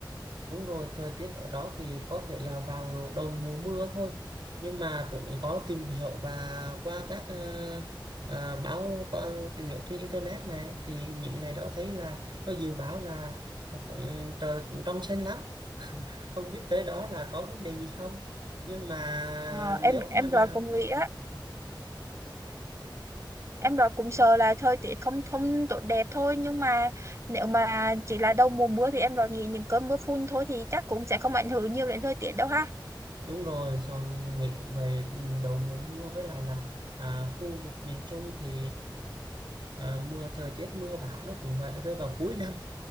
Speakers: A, on the right (about 65°); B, on the right (about 35°).
A: Đúng rồi, thời tiết ở đó thì có thể là vào đầu mùa mưa thôi. Nhưng mà cũng có tìm hiểu và qua các ờ, ờ, báo qua tìm hiểu trên internet này thì những ngày đó thấy là nó dự báo là ừ, trời cũng trong xanh lắm, không biết tới đó là có vấn đề gì không. Nhưng mà
B: Ờ, em
A: nếu mà
B: em
A: mà
B: rồi cũng nghĩ á em rồi cũng sợ là thời tiết không không tốt đẹp thôi nhưng mà nếu mà chỉ là đầu mùa mưa thì em rồi nghĩ những cơn mưa phùn thôi thì chắc cũng sẽ không ảnh hưởng nhiều đến thời tiết đâu ha
A: đúng rồi, xong nghĩ về đầu mùa mưa với lại là à, khu vực miền Trung thì à, mưa thời tiết mưa bão nó cũng phải rơi vào cuối năm